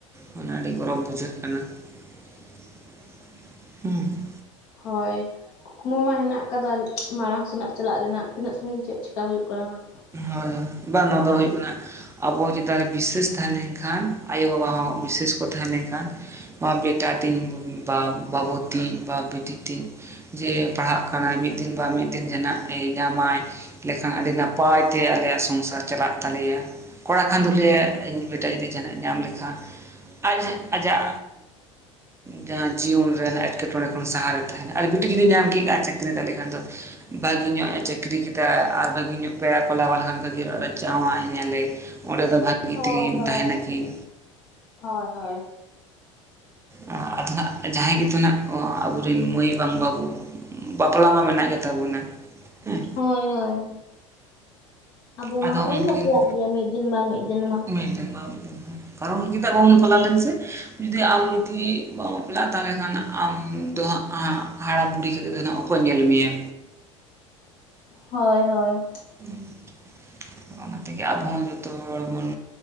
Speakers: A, on the right; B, on the left.
A: ᱢᱟᱱᱮ ᱟᱹᱰᱤ ᱜᱚᱨᱚᱵᱽ ᱵᱩᱡᱷᱟᱹᱜ ᱦᱩᱸ <unintelligible>
B: ᱦᱳᱭ ᱠᱩᱠᱢᱩ ᱢᱟ ᱦᱮᱱᱟᱜ ᱟᱠᱟᱫᱟ ᱢᱟᱲᱟᱝ ᱥᱮᱱᱟᱜ ᱪᱟᱞᱟᱜ ᱨᱮᱱᱟᱜ ᱛᱤᱱᱟᱹᱜ ᱥᱟᱺᱜᱤᱧ ᱪᱮᱫ ᱪᱮᱠᱟ ᱦᱩᱭᱩᱜ ᱠᱟᱱᱟ ᱦᱟᱸᱜ
A: ᱦᱳᱭ ᱵᱟᱝ ᱱᱚᱣᱟ ᱫᱚ ᱦᱩᱭᱩᱜ ᱠᱟᱱᱟ ᱟᱵᱚ ᱪᱮᱛᱟᱱ ᱵᱤᱥᱥᱮᱥ ᱛᱟᱦᱮᱸ ᱞᱮᱱᱠᱷᱟᱱ ᱟᱭᱚᱼᱵᱟᱵᱟ ᱦᱚᱸ ᱵᱤᱥᱥᱮᱥ ᱠᱚ ᱛᱟᱦᱮᱸ ᱞᱮᱱᱠᱷᱟᱱ ᱵᱟ ᱵᱮᱴᱟ ᱛᱤᱧ ᱵᱟ ᱵᱟᱹᱵᱩ ᱛᱤᱧ ᱵᱟ ᱵᱤᱴᱤ ᱛᱤᱧ ᱡᱮ ᱯᱟᱲᱦᱟᱜ ᱠᱟᱱᱟᱭ ᱢᱤᱫ ᱫᱤᱱ ᱵᱟ ᱢᱤᱫ ᱫᱤᱱ ᱡᱟᱦᱱᱟᱜ ᱧᱟᱢᱟᱭ ᱞᱮᱠᱷᱟᱱ ᱟᱹᱰᱤ ᱱᱟᱯᱟᱭ ᱱᱟᱯᱟᱭ ᱛᱮ ᱟᱞᱮᱭᱟᱜ ᱥᱚᱝᱥᱟᱨ ᱪᱟᱞᱟᱜ ᱛᱟᱞᱮᱭᱟ ᱠᱚᱲᱟ ᱠᱷᱟᱱ ᱫᱩᱞᱮ ᱤᱧ ᱵᱮᱴᱟ ᱡᱩᱫᱤ ᱡᱟᱦᱟᱱᱟᱜ ᱮ ᱧᱟᱢ ᱞᱮᱠᱷᱟᱱ ᱟᱡ ᱟᱡᱟᱜ ᱡᱟᱦᱟᱸ ᱡᱤᱭᱚᱱ ᱨᱮᱱ ᱮᱴᱠᱮᱴᱚᱬᱮ ᱠᱷᱚᱱ ᱥᱟᱦᱟᱨᱮ ᱛᱟᱦᱮᱱᱟ ᱟᱨ ᱵᱤᱴᱤ ᱡᱩᱫᱤ ᱧᱟᱢ ᱠᱮᱫ ᱼᱟᱭ ᱪᱟᱹᱠᱨᱤ ᱛᱟᱦᱚᱞᱮ ᱠᱷᱟᱱ ᱫᱚ ᱵᱷᱟᱹᱜᱤ ᱧᱚᱜ ᱮ ᱪᱟᱹᱠᱨᱤ ᱠᱮᱫᱟ ᱟᱨ ᱵᱷᱤᱹᱜᱮ ᱧᱚᱜ ᱵᱮᱲᱟ ᱠᱚ ᱞᱟᱜᱟᱣ ᱞᱮᱱᱠᱷᱟᱱ ᱵᱷᱟᱜᱤ ᱚᱲᱟᱜ ᱨᱮ ᱡᱟᱶ ᱤᱭᱟᱞᱮ ᱚᱸᱰᱮ ᱫᱚ ᱵᱷᱟᱹᱜᱤ
B: ᱦᱳᱭ
A: ᱛᱮᱠᱤᱱ
B: ᱦᱳᱭ᱾
A: ᱛᱟᱦᱮᱱᱟᱠᱤᱱ
B: ᱦᱳᱭ ᱦᱳᱭ᱾
A: ᱟᱫᱚ ᱦᱟᱸᱜ ᱡᱟᱦᱟᱸᱭ ᱜᱮᱛᱚ ᱦᱟᱸᱜ ᱟᱵᱚᱨᱮᱱ ᱢᱟᱹᱭ ᱵᱟᱝ ᱵᱟᱵᱚ ᱵᱟᱯᱞᱟ ᱢᱟ ᱢᱮᱱᱟᱜ ᱜᱮᱛᱟ ᱵᱚᱱᱟ ᱦᱮᱸ
B: ᱦᱳᱭ ᱦᱳᱭ ᱟᱵᱚ
A: ᱟᱫᱚ
B: ᱢᱟᱜ ᱵᱚᱱ
A: ᱩᱱᱠᱤᱱ
B: ᱵᱟᱯᱞᱟᱜ ᱜᱮᱭᱟ ᱢᱤᱫ ᱫᱤᱱ ᱵᱟᱝ ᱢᱤᱫ ᱫᱤᱱ ᱢᱟ
A: ᱢᱮᱱᱛᱮ ᱵᱟᱝ ᱠᱟᱨᱚᱱ ᱪᱮᱫᱟᱜ ᱵᱟᱵᱚᱱ ᱵᱟᱯᱞᱟ ᱞᱮᱱ ᱥᱮ ᱡᱩᱫᱤ ᱟᱢ ᱡᱩᱫᱤ ᱵᱟᱢ ᱵᱟᱯᱞᱟᱜᱼᱟ ᱛᱟᱦᱚᱞᱮ ᱠᱷᱟᱱ ᱟᱢ ᱫᱚ ᱦᱟᱸᱜ ᱟ ᱦᱟᱲᱟᱢ ᱵᱩᱲᱦᱤ ᱠᱟᱛᱮᱫ ᱫᱚ ᱚᱠᱚ ᱧᱮᱞ ᱢᱮᱭᱟ
B: ᱦᱳᱭ ᱦᱳᱭ
A: ᱦᱮᱸ ᱚᱱᱟ ᱛᱮᱜᱮ ᱟᱵᱚᱸᱦᱚᱸ ᱡᱚᱛᱚ ᱦᱚᱲ ᱵᱚᱱ